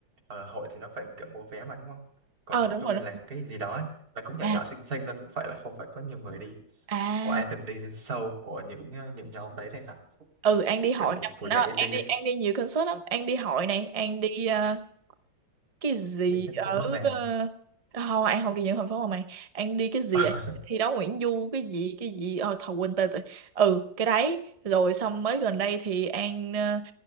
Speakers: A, on the right; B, on the right.
A: ờ, hội thì nó phải kiểu mua vé mà đúng không còn
B: Ờ
A: của
B: đúng
A: tôi
B: rồi đúng.
A: là cái gì đó ấy, là cũng nhỏ
B: À
A: nhỏ xinh xinh thôi cũng phải là không phải quá nhiều người đi
B: à
A: của An từng đi sâu của những ờ, những nhóm đấy đấy hả
B: ừ An đi hội
A: của,
B: năm
A: của nhạc
B: nó An
A: indie
B: đi
A: ấy,
B: An đi nhiều concert lắm An đi hội này An đi ờ, cái gì
A: những thành
B: ở
A: phố mơ màng
B: ờ, không An không đi những thành phố mà mày An đi cái gì
A: <laughs>
B: ở thi đấu Nguyễn Du cái gì cái gì ờ thầu quên tên rồi ừ cái đấy rồi xong mới gần đây thì An ờ,